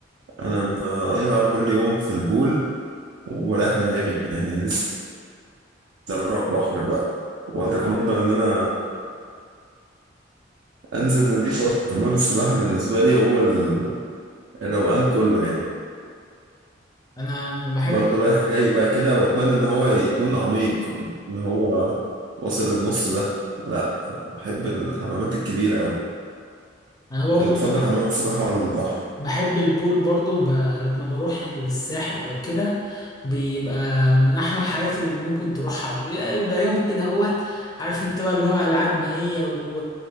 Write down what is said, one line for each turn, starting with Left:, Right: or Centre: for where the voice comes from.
Right: انا بقضيها كل يوم في البول وبريح دماغي يعني لسه بروح بحر بقى وقدر افضل ان انا انزل نضيف وأطلع. حمام السباحه بالنسبه لي هو ال- الروقان كله يعني
Left: انا بحب
Right: باخده رايح جاي بقى كده واتمنى ان هو يكون عميق اللي هو واصل للنص ده لا احب الحمامات الكبيره قوي
Left: انا برضو
Right: انت بتفضل
Left: بحب
Right: حمامات السباحه ولا البحر
Left: بحب البول برضو ب... لما بروح الساحل او كده بيبقى من احلى الحاجات اللي ممكن تروحها بيبقى بيبقى يوم كده هوت عارف انت بقى اللي هو العاب مائية و...